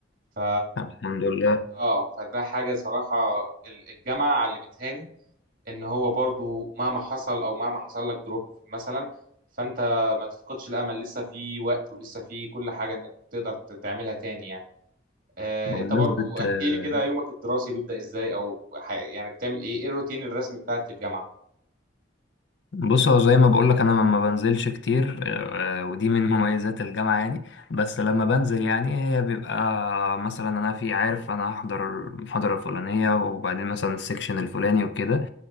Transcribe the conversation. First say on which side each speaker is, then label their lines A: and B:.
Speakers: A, on the right (about 45°); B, on the left (about 60°).
A: ف
B: الحمد لله
A: اه فده حاجة صراحة ال- الجامعة علمتهاني ان هو برضو مهما حصل او مهما حصل لك دروب مثلا فانت ما تفقدش الامل لسه في وقت ولسه في كل حاجة انك تقدر ت- تعملها تاني يعني آه
B: بمناسبة
A: انت برضو احكي
B: آه،
A: لي كده يومك الدراسي بيبدأ ازاي او ح- يعني بتعمل ايه ايه الروتين الرسمي بتاعك في الجامعة
B: بص هو زي ما بقول لك انا ما بنزلش كتير آه، ودي من مميزات الجامعة يعني بس لما بنزل يعني هي بيبقى مثلا انا في عارف انا هحضر المحاضرة الفلانية وبعدين مثلا السكشن الفلاني وكده